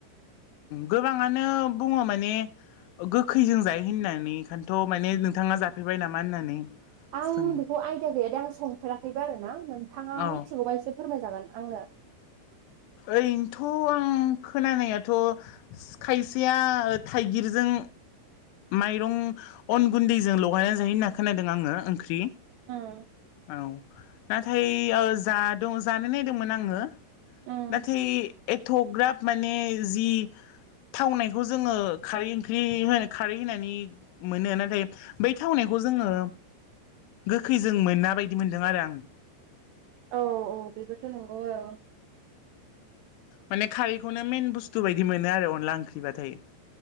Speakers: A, on the left; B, on the right.
A: गोबाङानो बुङो माने गोखैजों जायो होननानै ओंखायथ' माने नोंथाङा जाफेरबाय नामा होननानै
B: आं
A: जों
B: बेखौ आइदिया गैया दे आं संफेराखैबो आरोना नोंथाङा
A: औ
B: मिथिगौबा एसे फोरमायजागोन आङनो
A: ओरैनोथ' आं खोनानायाथ' खायसेया थाइगिरजों
B: <inaudible>
A: माइरं अन गुन्दैजों लगायनानै जायो होनना खोनादों आङो ओंख्रि
B: उम
A: औ नाथाय ओ जा द जानो नायदोंमोन आङो
B: उम
A: नथ्थाय एथग्राब माने जि थावनायखौ जोङो खारै ओंख्रि हो खारै होनानै मोनो नाथाय बै थावनायखौ खौ जोङो गोखैजों मोना बायदि मोनदों आरो आं
B: औ औ बेबोथ नंगौ औ
A: माने खारैखौनो मेन बुस्थु बायदि मोनो आरो अनला ओंख्रिबाथाय